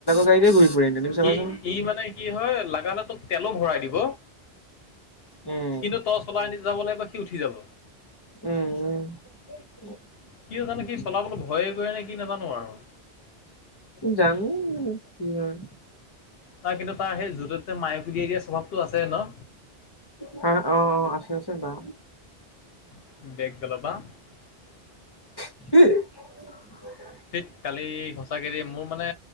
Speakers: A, on the left; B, on the left.
A: গাড়ীতে ঘূৰি ফুৰে এনে তুমি চাবাচোন
B: সি ই মানে কি হয়, লাগা হ'লে তোক তেলো ভৰাই দিব।
A: উম
B: কিন্তু তচ চলাই আনি যাবলয় গয় সি উঠি যাব।
A: উম, উম।
B: কিয় জানো সি চলাবলৈ ভয়ে কৰে নে কি নাজানো আৰু।
A: জানো কি হয়।
B: তাৰ কিন্তু তাৰ সেই য'তে ততে মায়ে <unintelligible> দিয়া স্বভাৱটো আছে ন।
A: হা অ', অ' আছে-আছে বা।
B: <unintelligible>
A: <unintelligible>
B: ঠেত কালি সচাকেদে মোৰ মানে